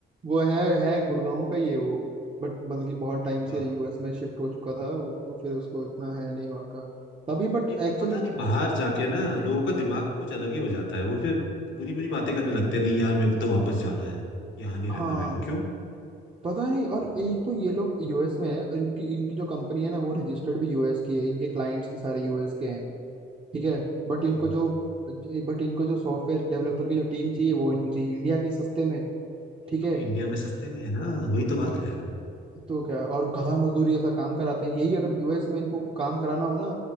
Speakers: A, on the right; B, on the left.
A: वो है है गुड़गांव का ही है वो बट मतलब कि बहुत टाइम
B: वाह
A: से यूएस में शिफ्ट हो चुका था वो तो फिर उसको इतना है नहीं वहाँ का तभी बट
B: एक
A: एक्चुअली
B: तो पता नहीं बाहर जाके ना लोगों का दिमाग कुछ अलग ही हो जाता है वो फिर बुरी बुरी बातें करने लगते हैं नहीं यार मेरे को तो वापस जाना है यहाँ नहीं
A: हाँ
B: रहना मेरे को क्यों
A: पता नहीं और एक तो ये लोग यूएस में है और इनकी इनकी जो कंपनी है ना वो रजिस्टर्ड भी यूएस की है इनके क्लाइंट्स भी सारे यूएस के हैं ठीक है बट इनको
B: ओहो
A: जो बट इनको जो सॉफ्टवेयर डेवलपर की जो टीम चाहिए वो इनको चाहिए इंडिया की सस्ते में ठीक
B: तो
A: है
B: इंडिया में सस्ते में है ना वही तो बात है
A: तो क्या और गधा मजदूरी ऐसा काम कराते हैं यही अगर यूएस में इनको काम कराना हो ना